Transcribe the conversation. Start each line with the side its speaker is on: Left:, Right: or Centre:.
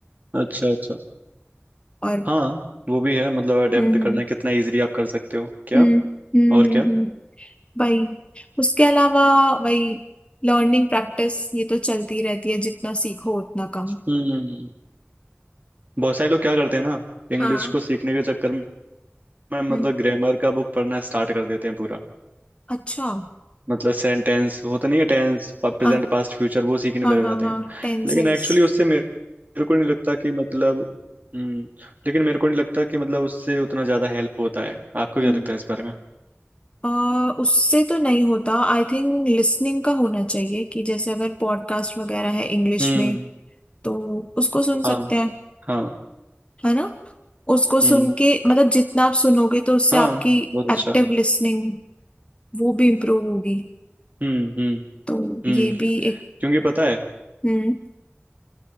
Right: अच्छा अच्छा
Left: और
Right: हाँ वो भी है मतलब अडेप्ट
Left: हम्म हम्म
Right: करना कितना इजीली आप कर सकते हो क्या
Left: हम्म हम्म
Right: और
Left: हम्म
Right: क्या
Left: हम्म, वही उसके अलावा वही लर्निंग प्रैक्टिस ये तो चलती रहती है जितना सीखो उतना कम
Right: हम्म बहुत सारे लोग क्या करते हैं ना इंग्लिश
Left: हाँ
Right: को सीखने के चक्कर में मतलब
Left: हम्म
Right: ग्रामर का बुक पढ़ना स्टार्ट कर देते हैं पूरा
Left: अच्छा
Right: मतलब सेंटेंस होता नहीं है टेंस प्रेजेंट
Left: हाँ
Right: पास्ट फ्यूचर वो सीखने
Left: हाँ
Right: लग
Left: हाँ
Right: जाते
Left: हाँ
Right: हैं
Left: टेंसेस
Right: लेकिन एक्चुअली उससे मेरे मेरे को नहीं लगता कि मतलब हम्म लेकिन मेरे को नहीं लगता कि मतलब उससे उतना ज्यादा हेल्प होता है आपको
Left: हम्म
Right: क्या लगता है इस बारे में
Left: अ, उससे तो नहीं होता आई थिंक लिसनिंग का होना चाहिए कि जैसे अगर पॉडकास्ट वगैरह है इंग्लिश
Right: हम्म
Left: में तो उसको सुन
Right: हाँ
Left: सकते हैं
Right: हाँ
Left: है ना उसको सुन
Right: हम्म
Left: के मतलब जितना आप सुनोगे तो उससे
Right: हाँ
Left: आपकी
Right: बहुत अच्छा
Left: एक्टिव लिसनिंग वो भी इम्प्रूव होगी
Right: हम्म हम्म
Left: तो
Right: हम्म
Left: ये भी एक
Right: क्योंकि पता है
Left: हम्म